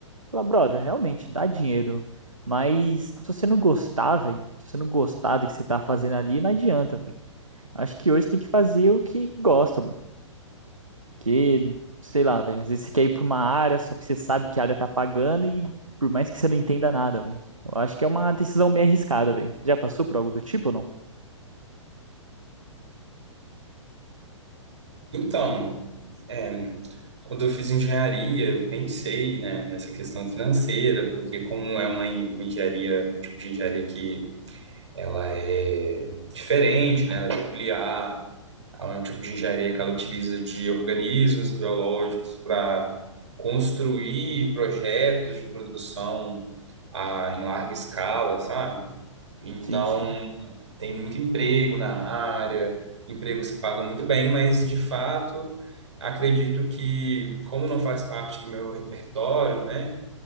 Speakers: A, on the right; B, on the right.
A: Fala, brother, realmente dá dinheiro. Mas se você não gostar, velho, se você não gostar do que você tá fazendo ali, não adianta, velho. Acho que hoje você tem que fazer o que gosta, mano. Que, sei lá, velho, às vezes você quer ir pra uma área só porque você sabe que a área tá pagando e por mais que você não entenda nada, velho. Eu acho que é uma decisão meio arriscada, velho. Já passou por algo do tipo ou não?
B: Então, é, quando eu fiz engenharia, eu pensei, né, nessa questão financeira, porque como é uma, en- uma engenharia, um tipo de engenharia que ela é diferente, né, ela é peculiar, É um tipo de engenharia que ela utiliza de organismos biológicos para construir projetos de produção ah, em larga escala, sabe? Então,
A: Sim, sim.
B: tem muito emprego na área, empregos que pagam muito bem, mas de fato, acredito que, como não faz parte do meu repertório, né?